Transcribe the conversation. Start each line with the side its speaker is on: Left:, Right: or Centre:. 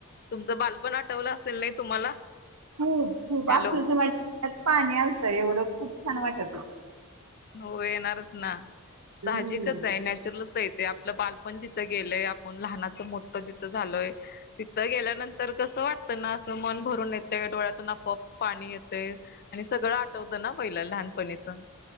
Left: तुमचं बालपण आठवलं असेल नाही तुम्हाला.
Right: खूप खूप
Left: हॅलो
Right: अक्षरशः. त्यात पाणी आलतं एवढं खूप छान वाटत होत.
Left: हो येणार रच ना.
Right: हम्म
Left: साहजिकच आहे नॅचरल कस ये ते आपलं बालपण पण जिथं गेलेय आपण लहानाचं मोठ जिथं झालोय तिथं गेल्यानंतर कसं वाटतं ना असं मन भरून येते डोळ्यातून आपोआप पाणी येतंय. आणि सगळं आठवतं ना पहिलं लहानपणीच. च